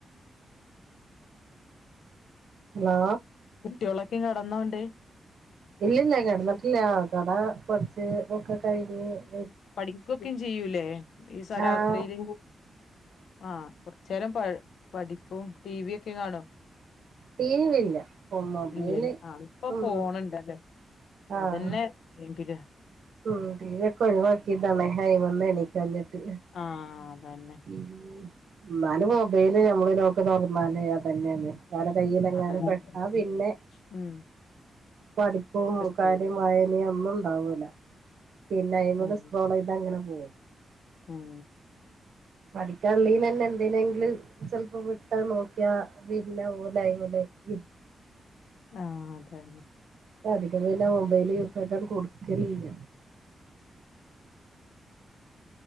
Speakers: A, on the right; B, on the left.
A: ഹലോ
B: കുട്ടികളൊക്കെ കെടന്നോണ്ട്
A: ഇല്ലില്ല കെടന്നിട്ടില്ല കട കുറച്ച് ഒക്കെ <unintelligible>
B: പഠിക്കുവൊക്കെണ്ട് ജീയൂലേ ഈ സ രാത്രിയില്
A: ആഹ്
B: ആ കുറച്ചേരം പ പഠി ഇപ്പോം ടി വി ഒക്കെ കാണോ?
A: ടി വി ഇല്ല ഇപ്പൊ മൊബൈല്
B: ഇല്ലല്ലേ ആഹ് ഇപ്പൊ
A: ഉം
B: ഫോണുണ്ടല്ലോ
A: ആഹ്
B: അതന്നെ എപ്പെങ്കിലുവാ
A: ഉം ടീവിയൊക്കെ ഒഴിവാക്കിയതാണെ ഹായിമ്ന്ന് എണിക്കാഞ്ഞിട്
B: ആഹ് അതന്നെ
A: ഉ എന്നാലും മൊബൈല് ഞമ്മള് ലോക്ക് തുറന്നാല് അതന്നെയാണ് ഓലെ കയ്യിലെങ്ങാനും
B: അതന്നെ
A: പെട്ടാ പിന്നെ
B: ഉം
A: പഠിപ്പും
B: കിട്ടൂല
A: കാര്യം വായനേം ഒന്നും ഉണ്ടാവൂല പിന്നെ അയിമില്
B: ഉം
A: സ്ക്രോളെയ്ത് അങ് അങ്ങനെ പോവും
B: ഉം
A: പഠിക്കാനുള്ളെന്നെ എന്തിനെങ്കിലും ചെലപ്പോ വിട്ടത് നോക്കിയാ പിന്നെ ഓലയിമില് ഇരിക്
B: ആഹ് അതെന്നെ
A: അധികം പിന്നെ മൊബൈല് യൂസാക്കാൻ കൊടുക്കലില്ല